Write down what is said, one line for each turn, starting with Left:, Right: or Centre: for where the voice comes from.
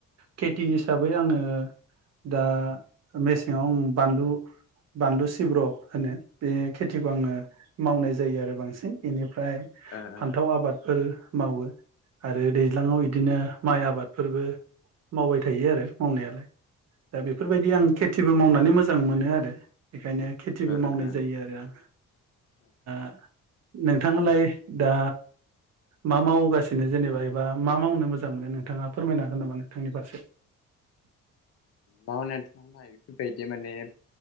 Right: खेथि हिसाबै आङो दा मेसेङाव उम आं बानलु बानलु सिब्र' होनो बे खेथिखौ
Left: उम
Right: आङो
Left: उम
Right: मावनाय जायो आरो बांसिन इनि ओमफ्राय
Left: ओ
Right: फान्थाव
Left: ओ
Right: आबादफोर मावो आरो दैज्लाङाव
Left: ओ
Right: इदिनो माइ आबाद फोरबो मावबाय थायो आरो मावनायालाय। दा बेफोरबायदि आं खेथिबो मावनानै मोजां मोनो आरो बेखायनो खेथिबो मावनाय
Left: ओ ओ
Right: जायो आरो आं
Left: ओ
Right: ओ नोंथाङालाय दा मा मावगासिनो जेनेबा एबा मा मावनो मोजां मोनो नोंथाङा फोरमायनो हागोन नामा नोंथांनि फारसे?
Left: मावनाय <unintelligible> बेफोरबायदि माने